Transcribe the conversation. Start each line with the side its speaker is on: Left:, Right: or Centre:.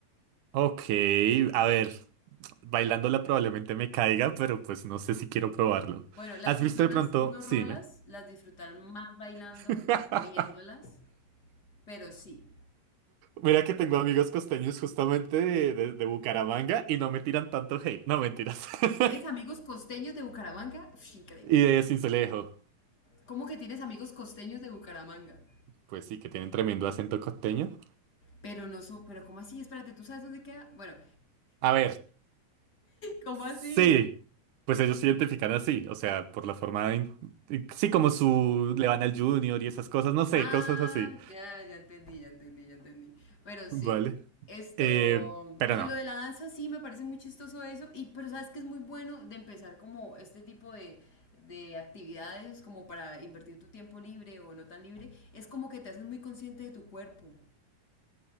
Right: ok, a ver. Bailándola probablemente me caiga, pero pues no sé si quiero probarlo.
Left: Bueno, las
Right: ¿Has
Left: personas
Right: visto de pronto?
Left: no
Right: Sí,
Left: rolas
Right: dime.
Left: las disfrutarán más bailando
Right: <laughs>
Left: que viéndolas, pero sí.
Right: Mira que tengo amigos costeños justamente de, de- de Bucaramanga y no me tiran tanto hate. No, mentiras. <laughs>
Left: ¿Tienes amigos costeños de Bucaramanga? Uf, increíble.
Right: Y de Sincelejo.
Left: ¿Cómo que tienes amigos costeños de Bucaramanga?
Right: Pues sí, que tienen tremendo acento costeño.
Left: Pero no su, pero ¿cómo así? Espérate, ¿tú sabes dónde queda? Bueno,
Right: A ver,
Left: ¿Cómo así?
Right: sí. Pues ellos se identifican así, o sea, por la forma en- Sí, como su... Le van al Junior y esas cosas, no sé,
Left: ah,
Right: cosas así.
Left: ya, ya entendí, ya entendí, ya entendí. Pero sí,
Right: Vale.
Left: esto,
Right: Eh, pero
Left: con
Right: no.
Left: lo de la danza sí me parece muy chistoso eso, y pero sabes que es muy bueno de empezar como este tipo de, de actividades como para invertir tu tiempo libre o no tan libre, es como que te haces muy consciente de tu cuerpo,